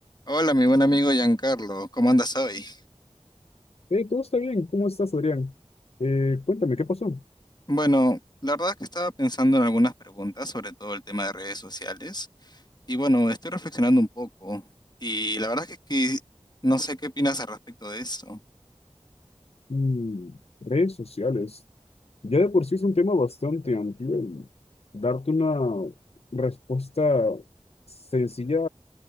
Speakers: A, on the left; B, on the left.
A: Hola, mi buen amigo Giancarlo, ¿cómo andas hoy?
B: Eh, todo está bien. ¿Cómo estás, Adrián? Eh, cuéntame, ¿qué pasó?
A: Bueno, la verdad es que estaba pensando en algunas preguntas, sobre todo el tema de redes sociales, y bueno, estoy reflexionando un poco, y la verdad es que, que no sé qué opinas al respecto de esto.
B: Mm, redes sociales. Ya de por sí es un tema bastante amplio y darte una respuesta sencilla